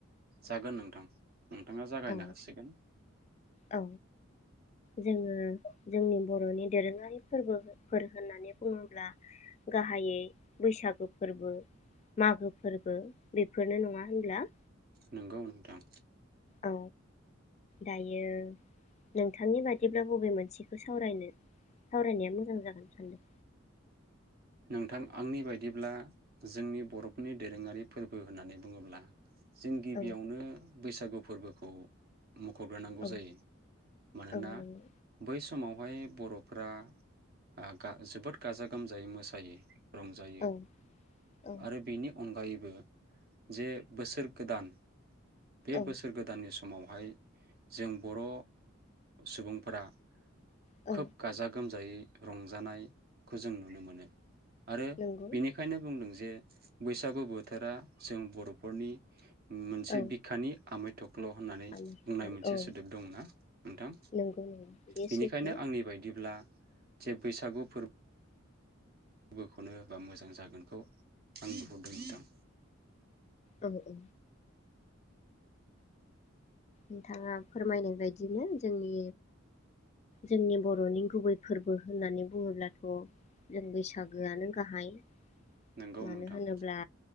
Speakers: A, on the right; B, on the left.
A: जागोन नोंथां। नोंथाङा जागायनो
B: औ
A: हासिगोन।
B: औ जोङो जोंनि बर'नि दोरोङारि फोरबोफोर होननानै बुङोब्ला गाहायै बैसागु फोरबो, मागो फोरबो बेफोरनो नङा होनब्ला?
A: नंगौ नोंथां।
B: औ दायो नोंथांनि बादिब्ला बबे मोनसेखौ सावरायनो सावरायनाया मोजां जागोन सानदों?
A: नोंथां आंनि बायदिब्ला जोंनि बर'फोरनि दोरोङारि फोरबो होननानै बुङोब्ला जों गिबियावनो
B: औ
A: बैसागु फोरबो खौ मख'ग्रोनांगौ
B: औ
A: जायो। मानोना
B: औ नंगौ
A: बै स मावहाय बर'फ्रा आ गा जोबोद गाजा गोमजायै मो सायो रंजायो
B: औ औ
A: आरो बेनि अनगायैबो जे बोसोर गोदान। बे
B: औ
A: बोसोर गोदाननि स मावहाय जों बर' सुबुंफोरा
B: औ
A: खोब गाजा गोम जायै रंजानायखौ जों नुनो मोनो। आरो
B: नंगौ
A: बेनिखायनो बुंदों जे बैसागु बोथोरा जों बर'फोरनि मोनसे
B: औ
A: बिखानि आमाय थुख्ल' होननानै
B: आलासिखौ
A: बुंनाय मोनसे
B: औ
A: सोदोब दंना नोंथां?
B: नंगौ नंगौ बे
A: बेनिखायनो
B: सैथो
A: आंनि बायदिब्ला जे बैसागु फोर बोख'नो बा मोजां जागोनखौ आं नुहरदों नोंथां।
B: औ औ, नोंथाङा फोरमायनाय बायदिनो जोंनि जोंनि बर'नि गुबै फोरबो होननानै बुङोब्लाथ' जों बैसागोआनो गाहाय।
A: नंगौ
B: मानो
A: नोंथां।
B: होनोब्ला